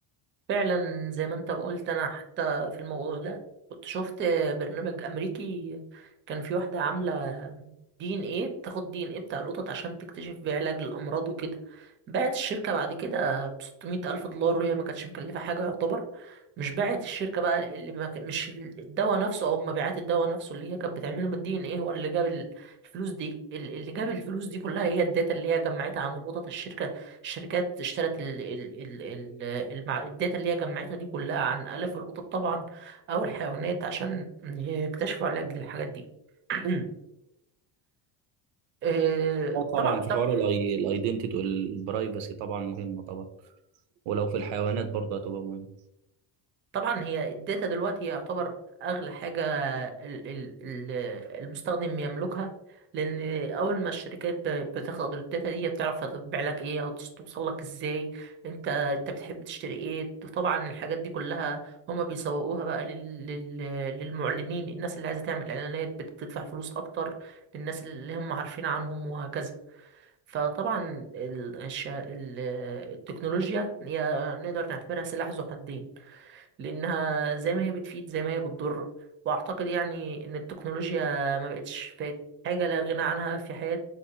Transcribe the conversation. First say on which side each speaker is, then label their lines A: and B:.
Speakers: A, on the right (about 25°); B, on the right (about 80°).
A: فعلا زي ما انت ما قلت انا حتى في الموضوع ده كنت شفت برنامج امريكي كان في واحده عامله دي ان ايه بتاخد دي ان ايه بتاع القطط عشان تكتشف بيه علاج للامراض وكده باعت الشركه بعد كده ب 600 الف دولار وهي ما كانتش مكلفه حاجه يعتبر مش باعت الشركه بقى اللي ما ك- مش الدواء نفسه او مبيعات الدواء نفسه اللي هي كانت بتعمله من الدي ان ايه هو اللي جاب ال- الفلوس دي ال- اللي جاب الفلوس دي كلها هي الداتا اللي هي جمعتها عن القطط الشركه الشركات اشترت ال ال ال المع... الداتا اللي هي جمعتها دي كلها عن آلاف القطط طبعا أو الحيوانات عشان يكتشفوا علاج للحاجات دي <clears throat> آه،
B: اه طبعا
A: طبعا
B: في
A: طبعا
B: حوار الايدنتيتي والبرايفسي طبعا مهمة طبعا ولو في الحيوانات برضه هتبقى مهمة
A: طبعا هي الداتا دلوقتي يعتبر اغلى حاجه ال- ال- ال- المستخدم يملكها لان اول ما الشركات ب- بتاخد الداتا دي بتعرف هتبيع لك ايه او تس- توصل لك ازاي انت انت بتحب تشتري ايه طبعا الحاجات دي كلها هما بيسوقوها بقى لل- لل- للمعلنين الناس اللي عايزه تعمل اعلانات بتدفع فلوس اكتر للناس اللي هم عارفين عنهم وهكذا فطبعا ال- الش- ال- التكنولوجيا هي نقدر نعتبرها سلاح ذو حدين لانها زي ما هي بتفيد زي ما هي بتضر واعتقد يعني ان التكنولوجيا ما بقتش فات حاجه لا غنى عنها في حياه